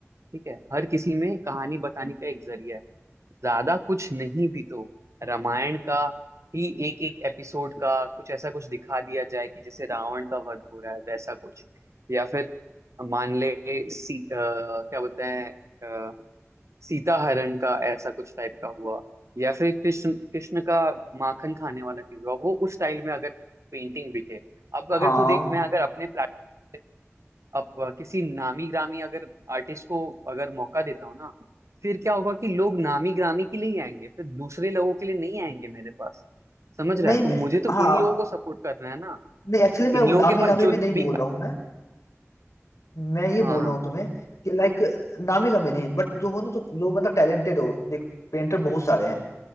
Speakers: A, on the right (about 75°); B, on the left (about 85°).
A: ठीक है हर किसी में कहानी बताने का एक जरिया है ज्यादा कुछ नहीं भी तो रामायण का ही एक एक एपिसोड का कुछ ऐसा कुछ दिखा दिया जाए कि जैसे रावण का वध हो रहा है वैसा कुछ या फिर मान ले सी, अ, क्या बोलते हैं अ, सीता हरण का ऐसा कुछ टाइप का हुआ या फिर कृष्ण कृष्ण का माखन खाने वाला चीज हुआ वो उस स्टाइल में अगर पेंटिंग बिके अब
B: हाँ
A: अगर तू देख मैं अगर अपने प्लेटफॉर्म अब अ, किसी नामी ग्रामी अगर आर्टिस्ट को अगर मौका देता हूँ ना फिर क्या होगा कि लोग नामी ग्रामी के लिए ही आएंगे फिर दूसरे लोगों के लिए नहीं आएंगे मेरे पास समझ
B: नहीं
A: रहा है तो
B: मैं
A: मुझे तो
B: हाँ
A: इन लोगों को सपोर्ट करना है ना
B: नहीं एक्चुअली मैं
A: इन लोगों
B: नामी
A: के पास
B: गामी
A: जो
B: भी
A: नामी
B: नहीं बोल
A: ग्रामी
B: रहा हूँ मैं मैं ये बोल
A: हाँ
B: रहा हूँ तुम्हें कि लाइक नामी गामी नहीं बट जो हो ना जो जो मतलब टैलेंटेड हो देख पेंटर बहुत सारे हैं